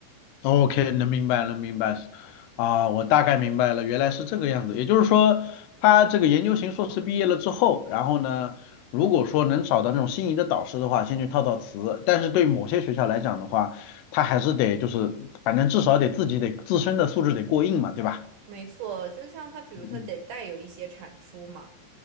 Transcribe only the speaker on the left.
能明白能明白啊，我大概明白了，原来是这个样子。也就是说，他这个研究型硕士毕业了之后，然后呢，如果说能找到那种心仪的导师的话，先去套套词。但是对某些学校来讲的话，他还是得就是，反正至少得自己得自身的素质得过硬嘛，对吧？
嗯嗯。